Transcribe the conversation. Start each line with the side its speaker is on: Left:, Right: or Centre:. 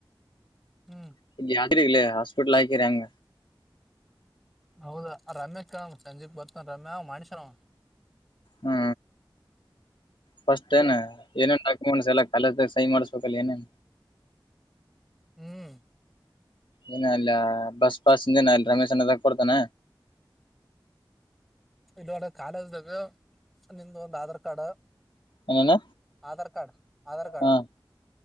Centre: ಹ್ಮ್
Left: <unintelligible> ಹಾಸ್ಪಿಟ್ಲ್ ಹಾಕಿರಿ ಹಂಗ
Centre: ಹೌದಾ ರಮ್ಯಾ ಕ್ ಸಂಜೀಕ ಬರ್ತನ ರಮ್ಯಾ <unintelligible>
Left: ಹ್ಮ ಫಸ್ಟ್ ಏನ ಏನೇನ ಡಾಕ್ಯುಮೆಂಟ ಎಲ್ಲ ಕಾಲೇಜದಾಗ ಸಹಿ ಮಾಡ್ಸ್‌ಬೇಕಲ್ಲ ಏನೇನ
Centre: ಹ್ಮ್
Left: ಏನ ಅಲ್ಲ ಬಸ್ ಪಾಸ್ದೇನ ಅಲ್ಲಿ ರಮೇಶ್ ಅನ್ನ ತ ಕೊಡ್ತಾನ
Centre: ಇಲ್ಲಿ ಒಡೆ ಕಾಲೇಜ್ದಾಗ ನಿಮ್ದ ಒಂದ ಆಧಾರ್ ಕಾರ್ಡ್
Left: ಏನೇನ
Centre: ಆಧಾರ ಕಾರ್ಡ್, ಆಧಾರ ಕಾರ್ಡ್
Left: ಹಾ